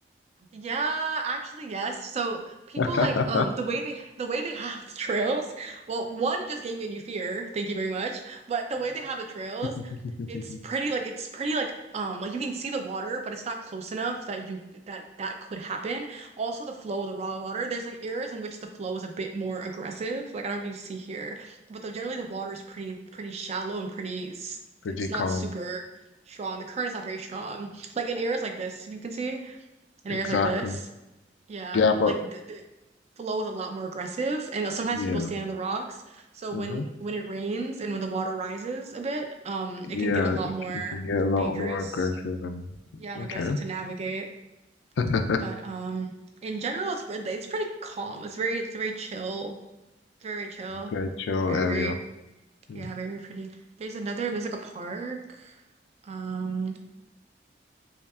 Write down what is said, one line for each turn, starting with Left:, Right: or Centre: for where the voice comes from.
Right: Yeah, actually, yes. So people
Left: <laughs>
Right: like um the way they the way they have the trails. Well, one it just gave me a new fear. Thank you very much. But the way they have the trails,
Left: Mhm.
Right: it's pretty like it's pretty like um like you can see the water, but it's not close enough that you that that could happen. Also, the flow of the raw water. There's like areas in which the flow is a bit more aggressive. Like I don't know if you see here, but the, generally the water is pretty pretty shallow and pretty. s-
Left: Pretty
Right: It's not
Left: calm.
Right: super strong. The current is not very strong. Like in areas like this, if you can see and
Left: Exactly.
Right: ears like this. Yeah,
Left: Yeah, but
Right: like the, the flow is a lot more aggressive, and sometimes
Left: yeah.
Right: people stand on the rocks. So when
Left: hmm
Right: when it rains and when the water rises a bit, um,
Left: Yeah,
Right: it can get a lot
Left: it,
Right: more
Left: c- it can get a lot
Right: dangerous.
Left: more aggressive and
Right: Yeah, and
Left: okay.
Right: aggressive to navigate.
Left: <laughs>
Right: But um, in general, it's pre- it's pretty calm. It's very it's very chill. It's very very chill
Left: Very chill
Right: and very
Left: area.
Right: very yeah
Left: Mm.
Right: very very pretty. There's another there's like a park um